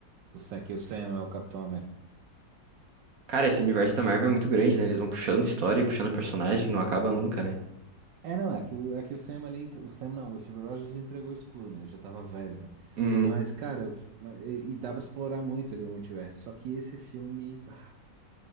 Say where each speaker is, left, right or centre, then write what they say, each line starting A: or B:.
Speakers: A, on the right; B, on the right.
A: Do Sam, que o Sam é o Capitão América.
B: Cara, esse universo da Marvel é muito grande, né? Eles vão puxando história e puxando personagem, não acaba nunca, né?
A: É, não, é que o, é que o Sam ali, entre- o Sam não, o Steve Rogers entregou o escudo, né? Ele já tava velho, né?
B: Uhum.
A: Mas, cara, eu, e, e dá pra explorar muito ali o multiverso. Só que esse filme, bah,